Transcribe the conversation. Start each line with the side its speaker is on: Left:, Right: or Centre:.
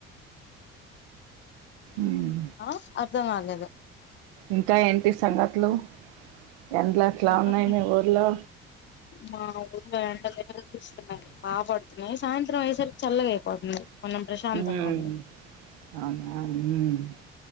Right: మ్మ్
Left: ఆ అర్థమ కాలేదు
Right: ఇంకా ఏంటి సంగతులు ఎండలెట్లా
Left: అవును
Right: ఉన్నాయి మీ ఊర్లో
Left: మా ఊర్లో ఎండలే తీస్తున్నాయి బా పడుతున్నాయి సాయంత్రం అయ్యేసరికి చల్లగా అయిపోతుంది
Right: మ్
Left: కొంచెం ప్రశాంతంగా ఉంది
Right: అవునా మ్